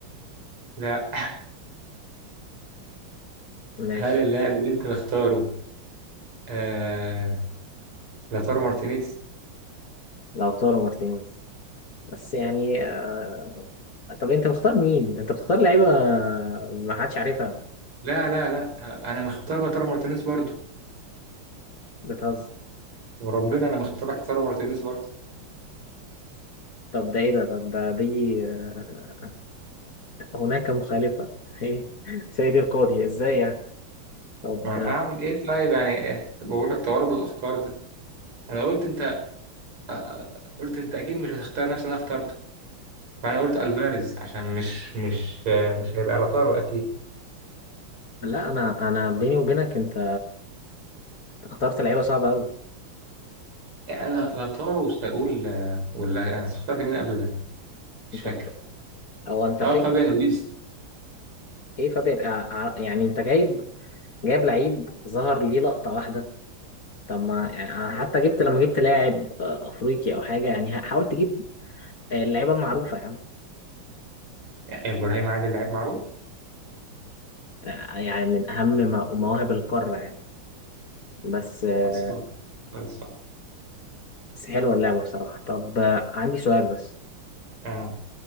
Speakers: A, on the right; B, on the left.
A: لا <laughs>
B: ماشي
A: هل اللاعب اللي انت مختاره آه لاتارو مارتينيز
B: لوتارو مارتينيز بس يعني آه... طب انت مختار مين انت بتختار لعيبه ما حدش عارفها
A: لا لا لا انا مختار لاتارو مارتينيز برضه
B: بتهزر
A: وربنا انا ما اخترت لك خساره مارتينيز برضه
B: طب ده ايه ده طب ده دي آه، هناك مخالفه <laughs> ايه سيدي القاضي ازاي يعني طب
A: ما انا
B: آه،
A: اعمل ايه طيب يعني ايه طب بقول لك توارد الافكار ده انا قلت انت آه، قلت انت اكيد مش هتختار نفس اللي انا اخترته فانا قلت الفاريز عشان مش مش آه، مش هيبقى لاتارو اكيد
B: لا انا انا بيني وبينك انت اخترت لعيبه صعبه قوي
A: يعني انا لاتارو وساقول آه، ولا انا اخترت مين قبل ده مش
B: انت
A: فاكر
B: اخترت او انت
A: اه
B: فك
A: فابيان رويز
B: ايه فابير آه، ع- يعني انت جايب جايب لعيب ظهر ليه لقطة واحدة طب ما يعني أنا حتى جبت لما جبت لاعب آه، افريقي او حاجة يعني ه- حاول تجيب آه، اللعيبة المعروفة يا عم
A: آه، ابراهيم عادل لعيب معروف
B: آه، يعني من اهم مو- مواهب القارة يعني بس آه،
A: خلاص آه. خلاص آه.
B: بس حلوة اللعبة بصراحة طب آه، عندي سؤال بس
A: آه.